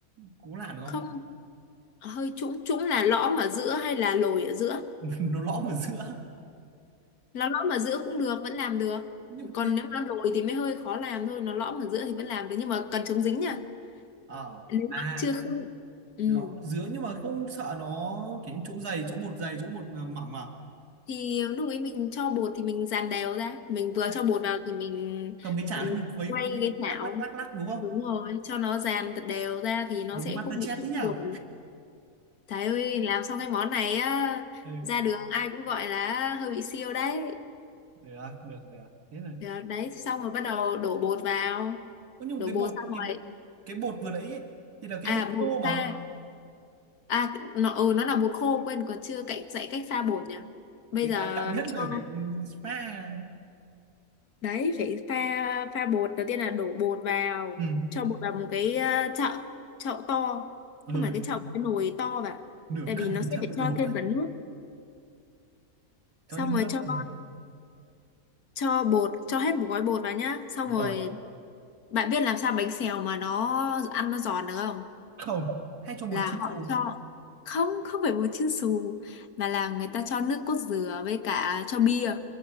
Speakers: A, on the right; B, on the left.
A: cố làm được không
B: không hơi trũng trũng là lõm ở giữa hay là lồi ở giữa
A: <laughs> nó lõm ở giữa
B: nó lõm ở giữa cũng được vẫn làm được
A: nhưng mà
B: còn
A: thế
B: nếu mà lồi thì mới hơi khó làm thôi nó lõm ở giữa thì vẫn làm được nhưng mà cần chống dính nha
A: ờ
B: nếu
A: à
B: mà chưa không ừ.
A: lõm ở giữa nhưng mà không sợ nó kiểu như chỗ dày chỗ bột dày chỗ bột ờ, mỏng à
B: thì lúc ấy mình cho bột thì mình dàn đều ra mình vừa
A: Đấy,
B: cho bột vào thì mình,
A: cầm cái chảo
B: mình
A: lên mình khuấy
B: quay
A: khuấy
B: cái chảo
A: lắc lắc lắc lắc đúng không
B: đúng rồi cho nó dàn thật đều ra thì nó
A: giống
B: sẽ
A: MasterChef
B: không bị trũng
A: thế nhở
B: bột Trời ơi, làm xong cái món này á,
A: ừ,
B: ra đường ai cũng gọi là hơi bị siêu đấy.
A: được được được thế rồi
B: Đó, Đấy, xong rồi bắt đầu đổ bột vào.
A: Ơ nhưng
B: Đổ
A: cái
B: bột
A: bột
B: xong
A: cái
B: rồi,
A: cái bột vừa nãy ấy, thì là cái
B: à
A: bột khô
B: bột
A: mà
B: pha. À, nó, ừ, nó là bột khô, quên còn chưa cậy, dạy cách pha bột nhỉ. Bây
A: cái
B: giờ
A: quan trọng nhất
B: cho,
A: là phải ừ, pha
B: đấy, phải pha pha bột. Đầu tiên là đổ bột vào,
A: ừ,
B: cho bột vào một cái ờ, chậu, chậu to.
A: ừ.
B: Không phải cái chậu,
A: <laughs>
B: cái nồi to vào.
A: nửa
B: Tại
A: cân
B: vì nó
A: thì
B: sẽ
A: chắc
B: phải
A: phải
B: cho
A: đổ
B: thêm cả nước.
A: cho
B: Xong
A: thêm
B: rồi
A: nước
B: cho
A: ừ.
B: cho bột, cho hết một gói bột vào nhá. Xong rồi
A: rồi
B: Bạn biết làm sao bánh xèo mà nó ăn nó giòn được không?
A: không hay cho bột
B: Là
A: chiên
B: họ
A: phù
B: cho không không phải bột chiên xù mà là người ta cho nước cốt dừa với cả cho bia.